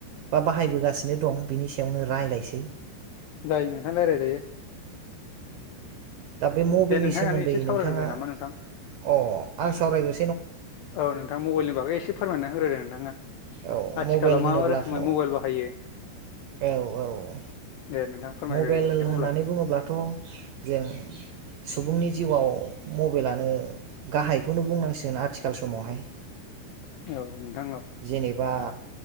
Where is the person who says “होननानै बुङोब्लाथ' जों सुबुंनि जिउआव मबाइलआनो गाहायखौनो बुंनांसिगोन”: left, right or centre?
Right